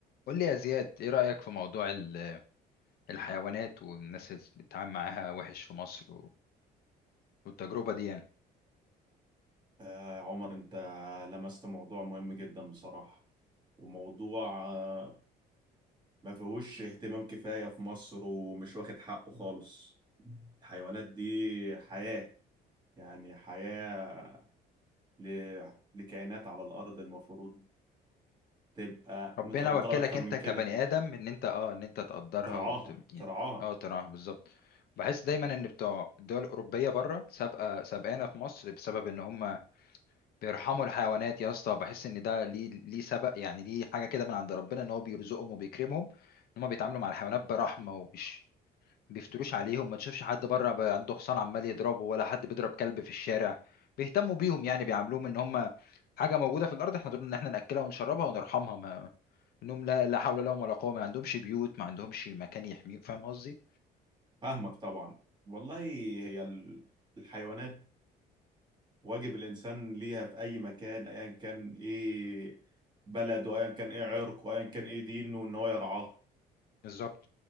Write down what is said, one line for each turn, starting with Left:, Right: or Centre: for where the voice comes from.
Left: قول لي يا زياد ايه رأيك في موضوع ال- الحيوانات والناس اللي بتتعامل معاها وحش في مصر و- والتجربة دي يعني
Right: آه عمر انت لمست موضوع مهم جدا بصراحة وموضوع آه ما فيهوش اهتمام كفاية في مصر ومش واخد حقه خالص الحيوانات دي حياة يعني حياة ل... لكائنات على الأرض المفروض تبقى
Left: ربنا
Right: متقدرة
Left: وكلك
Right: أكتر
Left: انت
Right: من
Left: كبني
Right: كده
Left: آدم ان انت اه ان انت تقدرها
Right: ترعاها
Left: وت... يعني
Right: ترعاها
Left: اه تراها بالظبط بحس دايما ان بتوع الدول الأوروبية بره سابقة سابقانا في مصر بسبب ان هم بيرحموا الحيوانات يا اسطى بحس ان ده ليه ليه سبق يعني ليه حاجة كده من عند ربنا ان هو بيرزقهم وبيكرمهم ان هم بيتعاملوا مع الحيوانات برحمة ومش بيفتروش عليهم ما تشوفش حد بره ب- عنده حصان عمال يضربه ولا حد بيضرب كلب في الشارع بيهتموا بيهم يعني بيعاملوهم ان هم حاجه موجوده في الارض احنا دول ان احنا ناكلها ونشربها ونرحمها ما انهم لا لا حول لهم ولا قوه ما عندهمش بيوت ما عندهمش مكان يحميهم فاهم قصدي
Right: فاهمك طبعا والله هي ال- الحيوانات واجب الانسان ليها في اي مكان ايا كان ايه بلده ايا كان ايه عرقه ايا كان ايه دينه ان هو يرعاه
Left: بالظبط